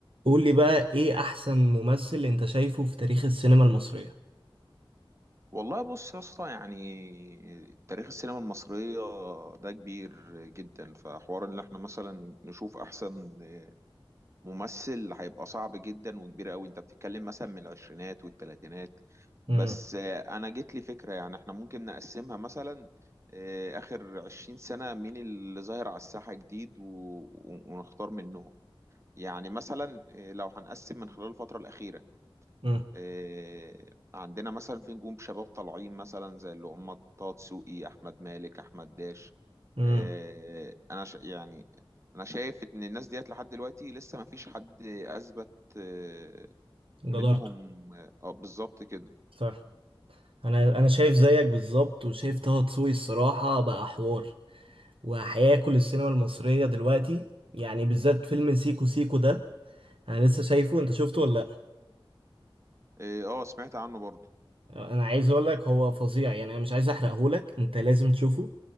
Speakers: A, on the right; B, on the right.
A: قول لي بقى ايه احسن ممثل انت شايفه في تاريخ السينما المصرية
B: والله بص يا اسطى يعني تاريخ السينما المصرية ده كبير جدا فحوار ان احنا مثلا نشوف احسن ممثل هيبقى صعب جدا وكبير قوي انت بتتكلم مثلا من العشرينات والتلاتينات
A: امم
B: بس انا جت لي فكرة يعني احنا ممكن نقسمها مثلا آه، اخر عشرين سنة مين اللي ظاهر على الساحة جديد و- و- ونختار منهم يعني مثلا آه، لو هنقسم من خلال الفترة الأخيرة
A: امم
B: آه، عندنا مثلا في نجوم شباب طالعين مثلا زي اللي هم طه دسوقي احمد مالك احمد داش
A: امم
B: آه، انا ش... يعني انا شايف ان الناس ديت لحد دلوقتي لسه ما فيش حد اثبت آه، منهم
A: جدارته
B: اه آه، بالظبط كده
A: صح انا انا شايف زيك بالظبط وشايف طه دسوقي الصراحة بقى حوار وهياكل السينما المصرية دلوقتي يعني بالذات فيلم سيكو سيكو ده انا لسه شايفه انت شفته ولا
B: اه آه، سمعت عنه برضه
A: لا انا عايز اقول لك هو فظيع يعني انا مش عايز احرقهولك انت لازم تشوفه